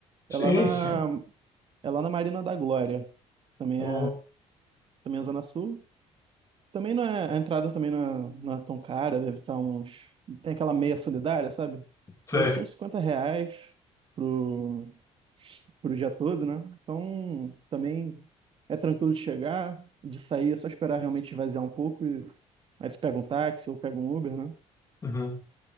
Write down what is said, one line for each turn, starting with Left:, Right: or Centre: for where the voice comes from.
Left: sim,
Right: É lá na
Left: sim.
Right: É lá na Marina da Glória. Também
Left: Pô,
Right: é, também é Zona Sul. Também não é, a entrada também não é, não é tão cara, deve estar uns. Tem aquela meia solidária, sabe?
Left: sei.
Right: Deve ser uns 50 reais pro, pro dia todo, né? Então também é tranquilo de chegar, de sair, é só esperar realmente esvaziar um pouco e aí tu pega um táxi ou pega um Uber, né?
Left: Uhum.